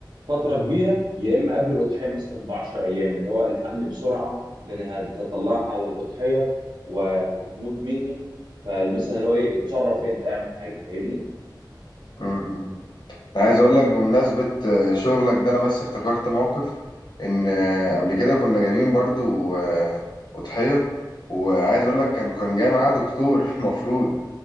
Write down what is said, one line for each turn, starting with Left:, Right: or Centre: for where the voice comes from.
Right: فتره كبيره يا اما قبل الاضحيه مثلا ب 10 ايام اللي هو الحقني بسرعه ده انا هطلعها على الاضحيه و- وهتموت مني فمثلا اللي هو ايه اتصرف انت اعمل حاجه فاهمني
Left: امم أنا عايز اقول لك بمناسبة آه، شغلك ده انا بس افتكرت موقف ان آه، قبل كده كنا جايبين برضو آه، أضحية وعايز اقول لك كان كان جاي معاه دكتور <laughs> مفروض